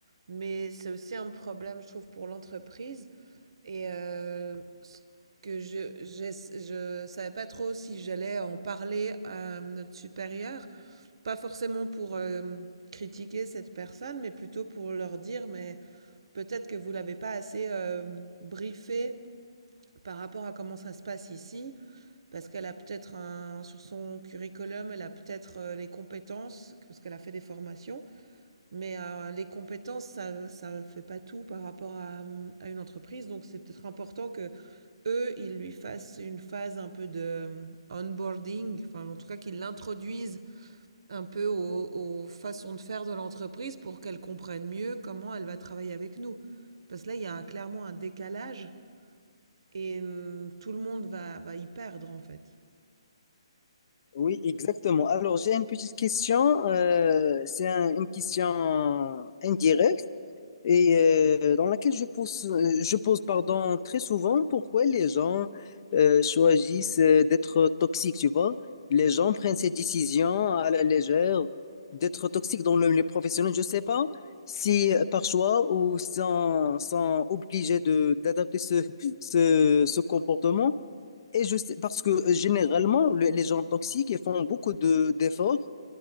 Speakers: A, on the right (about 55°); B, on the left (about 45°).
A: mais c'est aussi un problème, je trouve, pour l'entreprise. Et euh, ce que je, je, je savais pas trop si j'allais en parler à notre supérieur, pas forcément pour euh, critiquer cette personne, mais plutôt pour leur dire, mais peut-être que vous l'avez pas assez euh, briefé par rapport à comment ça se passe ici, parce qu'elle a peut-être un, sur son curriculum, elle a peut-être euh, les compétences, parce qu'elle a fait des formations, mais euh, les compétences, ça ne fait pas tout par rapport à, euh, à une entreprise, donc c'est peut-être important que eux, ils lui fassent une phase un peu de euh, onboarding, enfin en tout cas qu'ils l'introduisent un peu aux, aux façons de faire de l'entreprise pour qu'elle comprenne mieux comment elle va travailler avec nous. Parce que là, il y a un- clairement un décalage et hum, tout le monde va, va y perdre en fait.
B: Oui, exactement. Alors, j'ai une petite question. euh, c'est un- une question indirecte. et euh, dans laquelle je pose, euh, je pose pardon, très souvent pourquoi les gens euh, choisissent euh, d'être toxiques, tu vois. Les gens prennent ces décisions à la légère d'être toxiques dans le, les professionnels. Je sais pas si euh, par choix ou sans, sans obligés de d'adapter ce, ce, ce comportement. Et je sais, parce que euh, généralement, le- les gens toxiques, ils font beaucoup de, d'efforts.